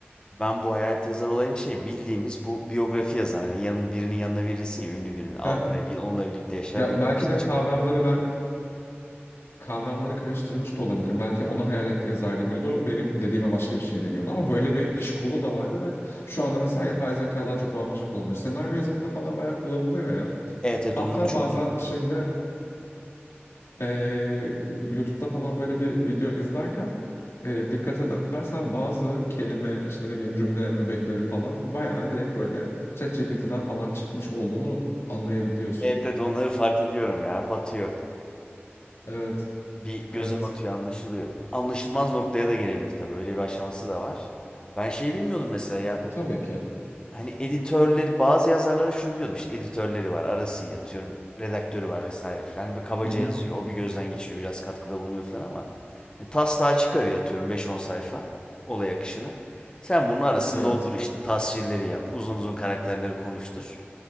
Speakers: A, on the left (about 20°); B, on the left (about 85°).
A: Ben bu hayalet yazar olayını şey bildiğimiz bu biyografi yazar. Hani yanın, birinin yanına verirsin ya ünlü birinin. altı
B: <laughs>
A: ay bir yıl onunla birlikte yaşar
B: Ya
A: biyografisini
B: belki de
A: çıkarır.
B: kavramları ben kavramları karıştırmış da olabilirim. Belki ona hayalet yazar deniyordu. Benim dediğime başka bir şey deniyordu. Ama böyle bir iş kolu da vardı ve şu anda mesela yapay zeka daha çok bambaşka kullanılıyor. Senaryo yazımında falan bayağı kullanılıyor ya.
A: Evet evet
B: Hatta
A: onları çok
B: bazen
A: duydum.
B: şeyde eee YouTube'da falan böyle bir video izlerken eee, dikkat edersen bazı kelime işte ne bileyim cümle öbekleri falan bayağı direkt böyle ChatGPT'den falan çıkmış olduğunu anlayabiliyorsun.
A: Evet evet onları fark ediyorum ya batıyor.
B: Evet,
A: Bir göze
B: evet.
A: batıyor anlaşılıyor. Anlaşılmaz noktaya da gelebilir tabii öyle bir aşaması da var. Ben şey bilmiyordum mesela ya
B: E, tabii ki.
A: hani editörleri bazı yazarların şunu biliyordum işte editörleri var arası iyi atıyorum redaktörü var vesaire filan Hani bir kabaca
B: Hı hı.
A: yazıyor o bir gözden geçiriyor biraz katkıda bulunuyor filan ama hani taslağı çıkarıyor atıyorum beş on sayfa olay akışını sen bunun arasını
B: Evet.
A: doldur işte tasvirleri yap uzun uzun karakterleri konuştur